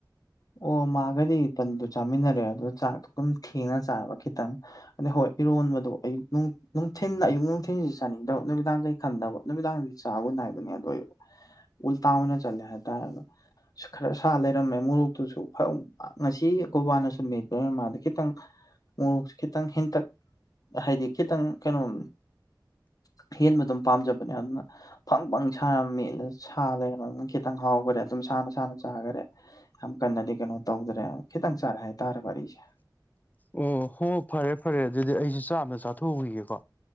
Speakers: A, on the left; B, on the left.
A: ꯑꯣ ꯃꯥꯒꯗꯤ ꯇꯟꯗꯨ ꯆꯥꯃꯤꯟꯅꯔꯦ ꯑꯗꯨ ꯆꯥꯛꯇꯣ ꯑꯗꯨꯝ ꯊꯦꯡꯅ ꯆ ꯈꯤꯇꯪ ꯑꯗꯩ ꯍꯣꯏ ꯏꯔꯣꯟꯕꯗ ꯑꯌꯨꯛ ꯅꯨꯡꯊꯤ ꯑꯌꯨꯛ ꯅꯨꯡꯊꯤꯟꯁꯤ ꯆꯥꯅꯤꯡꯗꯕ ꯅꯨꯃꯤꯗꯥꯡ ꯈꯟꯗꯕ ꯅꯨꯃꯤꯗꯥꯡꯗꯗꯤ ꯆꯥꯒ ꯅꯥꯏꯕꯅꯦ ꯑꯗꯨ ꯑꯣꯏꯕ ꯎꯜꯇꯥꯥꯎꯅ ꯆꯂꯦ ꯍꯥꯏꯇꯥ ꯈꯔ ꯁꯥ ꯂꯩꯔꯝꯃꯦ ꯃ ꯑꯗꯨꯁꯨ ꯉꯁꯤ ꯒꯣꯕꯥꯅꯁꯨ ꯃ ꯃꯥꯗ ꯈꯤꯇꯪ ꯃꯣꯔꯣꯛꯁꯦ ꯈꯤꯇꯪ ꯍꯦꯟꯇꯛ ꯍꯥꯏꯗꯤ ꯈꯤꯇꯪ ꯀꯩꯅꯣꯝ ꯍꯦꯟꯕ ꯑꯗꯨꯝ ꯄꯥꯝꯖꯕꯅꯦ ꯑꯗꯨꯅ ꯐꯪ ꯐꯪ ꯁꯥꯔꯝꯃꯤꯂ ꯁꯥ ꯂꯩꯔꯅꯤꯅ ꯈꯤꯇꯪ ꯍꯥꯎꯒꯅꯤ ꯑꯗꯨꯝ ꯁꯅ ꯁꯅ ꯆꯈꯔꯦ ꯌꯥꯝ ꯀꯟꯅꯗꯤ ꯀꯩꯅꯣ ꯇꯧꯗ꯭ꯔꯦ ꯈꯤꯇꯪ ꯆꯥꯔꯦ ꯍꯥꯏꯇꯥꯔꯦ ꯋꯥꯔꯤꯁꯦ
B: ꯑꯣ ꯍꯣ ꯐꯔꯦ ꯐꯔꯦ ꯑꯗꯨꯗꯤ ꯑꯩꯁꯨꯦ ꯆꯥꯝꯅ ꯆꯥꯊꯣꯛꯎꯈꯤꯒꯦꯀꯣ